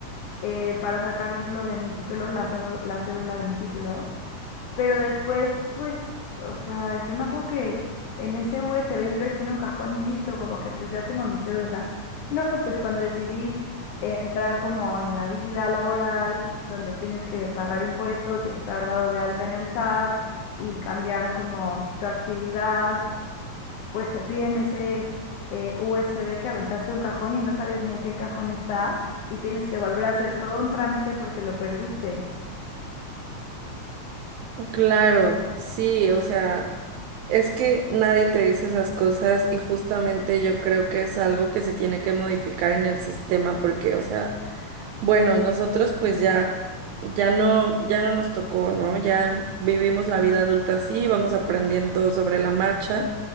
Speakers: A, on the left; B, on the right.
A: eh, para sacarlo de mi título, la, cédu- la cédula de mi título. Pero después, pues, o sea, yo me acuerdo que en ese USB lo eché en un cajón y listo, como que pues ya tengo mi cédula. No, pues cuando decidí entrar como en la vida laboral, donde tienes que pagar impuestos y estar dado de alta en el SAT y cambiar como tu actividad, pues te piden ese eh, USB que aventaste un cajón y no sabes ni en qué cajón está y tienes que volver a hacer todo un trámite porque lo perdiste.
B: Claro, sí, o sea, es que nadie te dice esas cosas y justamente yo creo que es algo que se tiene que modificar en el sistema porque, o sea, bueno, nosotros pues ya, ya no, ya no nos tocó, ¿no? Ya vivimos la vida adulta así, vamos aprendiendo sobre la marcha